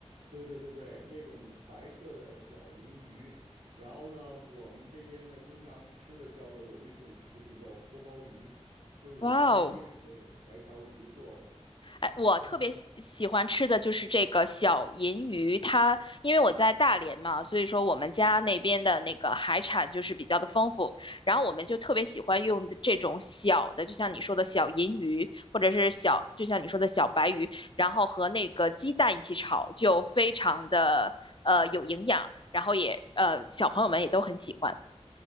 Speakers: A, on the right; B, on the left.
A: 对对对对，那种白色的小银鱼，然后呢，我们这边呢经常吃的叫做有一种食品叫锅包鱼，就是白洋淀的那种白条鱼做的。
B: 哇哦，哎，我特别喜喜欢吃的就是这个小银鱼，
A: 然后呢，
B: 它因为我在大连嘛，所以说我们家那边的那个海产就是比较的丰富，
A: 嗯。
B: 然后我们就特别喜欢用这种小的，就像你说的小银鱼，或者是小，就像你说的小白鱼，然后和那个鸡蛋一起炒，就非常的呃有营养，然后也呃小朋友们也都很喜欢。